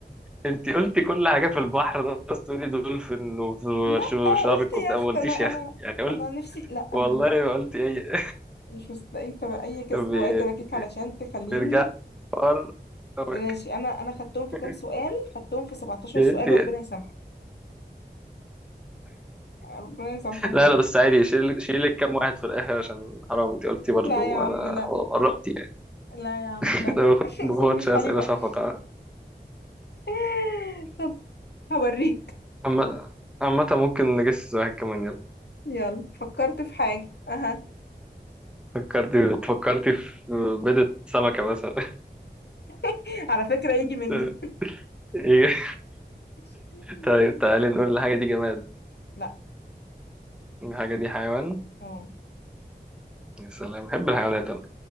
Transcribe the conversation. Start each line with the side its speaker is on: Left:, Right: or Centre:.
Centre: أنت قلتي كل حاجة في البحر بس تقولي دولفين وشارك
Left: لا قلت
Centre: وبتاع
Left: يخت
Centre: ما قلتيش
Left: انا
Centre: يخت
Left: انا
Centre: يعني
Left: انا نفسي لا
Centre: والله
Left: انا
Centre: ما قلت اي
Left: مش مصدقين انت اي كذب
Centre: <laughs> بي-
Left: وقت لكيك علشان تخليني
Centre: بيرجع الحوار طب
Left: ماشي انا انا خدتهم في
Centre: <laughs>
Left: كام سؤال خدتهم في 17
Centre: إيه؟
Left: سؤال
Centre: إيه؟
Left: ربنا يسامحك ربنا يسامحك بجد
Centre: لا لا بس عادي شيل شيل لك كام واحد في الاخر عشان حرام انت قلتي برضو
Left: لا يا عم
Centre: انا
Left: لا
Centre: قربت يعني
Left: لا يا عم
Centre: <laughs>
Left: لا
Centre: لو
Left: <laughs> سيبني
Centre: ما باخدش
Left: في
Centre: اسئله
Left: حالي بقى
Centre: شفقه
Left: <laughs> طب هوريك
Centre: عامه عامة ممكن نجس واحد كمان يلا
Left: يلا فكرت في حاجة اها
Centre: فكرتي فكرتي في بيضة سمكة مثلا
Left: <laughs> على فكرة يجي مني
Centre: <laughs> يجي-
Left: <laughs>
Centre: طيب تعالي نقول الحاجة دي جماد
Left: لا
Centre: الحاجة دي حيوان
Left: اه
Centre: يا سلام بحب الحيوانات أنا